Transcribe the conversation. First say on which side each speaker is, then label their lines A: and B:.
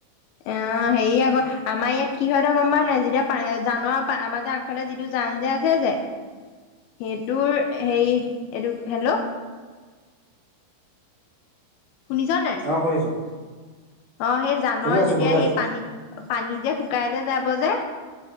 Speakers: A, on the left; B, on the right.
A: অ হেৰি আকৌ আমাৰ ইয়াত কি হয় তই গম পা নাই যেতিয়া পানী জান পা আমাৰ গাৱঁৰ আগফালে যিটো জান যে আছে যে সেইটোৰ হেৰি এইটো হেল্ল' শুনিছ নাই
B: অ শুনিছো
A: অ সেই জানৰ
B: শুনি আছো
A: যেতিয়া
B: শুনি আছো
A: সেই পানী পানী যে শুকাই যে যাব যে